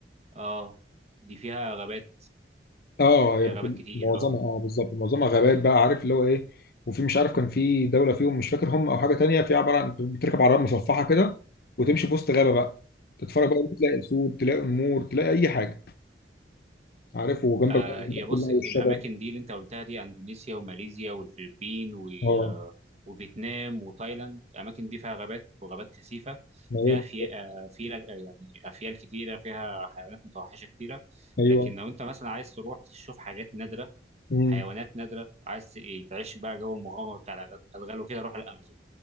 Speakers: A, on the right; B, on the left.
A: اه دي فيها غابات
B: اه هي
A: فيها
B: بتكون
A: غابات كتير
B: معظمها
A: اه
B: اه بالظبط معظمها غابات بقى عارف اللي هو ايه وفي مش عارف كان في دوله فيهم مش فاكر هم او حاجه تانية في عباره عن بتركب عربيه مصفحه كده وتمشي في وسط غابه بقى تتفرج بقى تلاقي اسود تلاقي نمور تلاقي اي حاجه عارف وجنبك
A: آه
B: بقى الحتت
A: يا بص
B: كلها والشجر
A: الاماكن دي اللي انت قلتها دي اندونيسيا وماليزيا والفلبين و
B: اه
A: آه، وفيتنام وتايلاند الاماكن دي فيها غابات وغابات كثيفه
B: مليان-
A: فيها في آه، في لج- يعني افيال كتيره فيها حيوانات متوحشه كتيره
B: ايوه
A: لكن لو انت مثلا عايز تروح تشوف حاجات نادره
B: امم
A: حيوانات نادره عايز ت- إيه، تعيش بقى جو المغامره بتاع الغ- الغال وكده روح الامازون